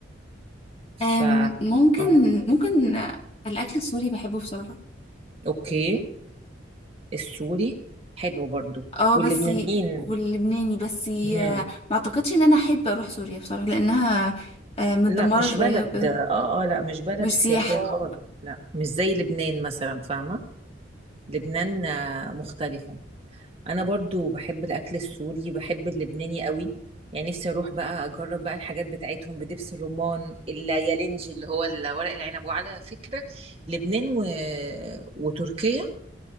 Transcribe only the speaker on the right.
ف
اه
اوكي السوري حلو برضو
واللبنانيين
مم.
لا مش
بلد
اه اه لا مش بلد
سياحية خالص لا مش زي لبنان مثلا فاهمة لبنان آه، مختلفة انا برضو بحب الاكل السوري بحب اللبناني قوي يعني نفسي اروح بقى اجرب بقى الحاجات بتاعتهم بدبس الرمان اليالنجي اللي هو ال- ورق العنب وعلى فكرة لبنان و... وتركيا